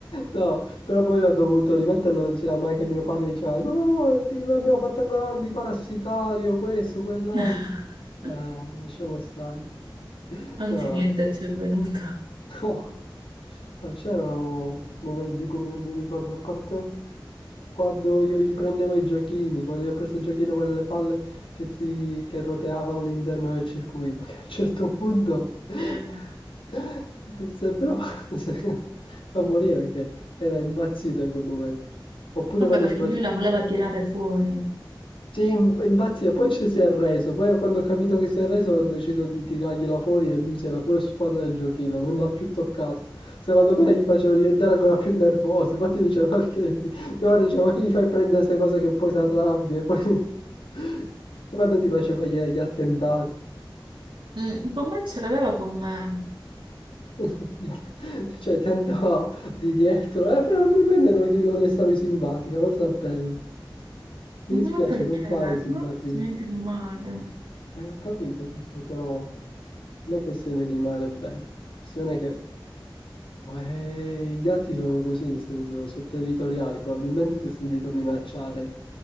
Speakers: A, on the left; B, on the right.
A: No, però poi ho dovuto rimetterlo, non sia mai che mio padre diceva, no, ti- non abbiamo fatto ancora l'antiparasitario, questo, quell'altro.
B: <laughs>
A: Eh, lasciamo stare. <laughs>
B: anzi
A: No.
B: niente ci è venuto.
A: No, ma c'erano momenti quelli che mi ricordo, a parte quando io gli prendevo i giochini, quando io ho preso il giochino con le palle che, si, che roteavano all'interno del circuito, che a un certo punto <laughs>
B: Eh.
A: tutti sembrava <laughs> fa morire perché era impazzito in quel momento. Oppure
B: Vabbè,
A: quando
B: perché
A: ti facevo...
B: lui la voleva tirare fuori.
A: Sì, im- impazzia, poi ci si è arreso, poi quando ho capito che si è arreso ho deciso di tirargliela fuori e lui si era pure stufato del giochino, non l'ha più toccato. Secondo me gli faceva diventare ancora più nervoso, infatti diceva perché, mia madre diceva, ma che gli fai prendere queste cose che poi si arrabbia, e poi <laughs> quando ti faceva gli, gli attentati,
B: Mm, con me ce l'aveva con me.
A: <laughs> Gli att- cioè ti andava di dietro, eh, però probabilmente non, non le stavi simpatica, forse a pelle. Mi dispiace,
B: Ma perché?
A: non fai simpatia.
B: Non ho fatto niente di male.
A: Eh, ho capito, tesoro, però... Non è questione di male o bene, è questione che eh, i gatti sono così, nel senso, sono territoriali, probabilmente si è sentito minacciare